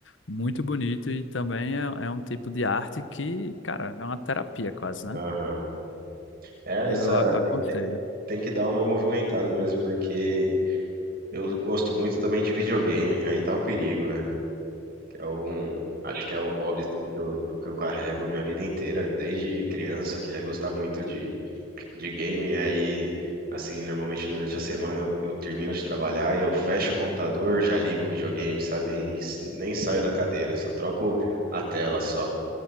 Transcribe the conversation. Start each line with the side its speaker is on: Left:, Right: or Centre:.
Left: muito bonito e também é, é um tipo de arte que, cara, é uma terapia quase, né?
Right: Aham. É,
Left: Eu
Right: essa
Left: a-
Right: tem,
Left: aconselho.
Right: tem- tem que dar uma movimentada mesmo, porque eu gosto muito também de videogame, aí tá o perigo, né? Que é um, acho que é o hobby assim, que eu, que eu carrego a minha vida inteira, desde criança, que é gostar muito de de game. Aí, assim, normalmente durante a semana eu, eu termino de trabalhar e eu fecho o computador, já ligo o videogame, sabe? Aí s- nem saio da cadeira, só troco a tela só.